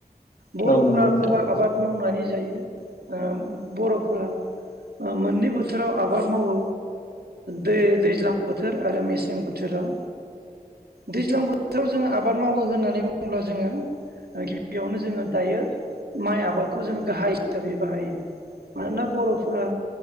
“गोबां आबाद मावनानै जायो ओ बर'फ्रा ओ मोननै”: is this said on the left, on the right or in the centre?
Right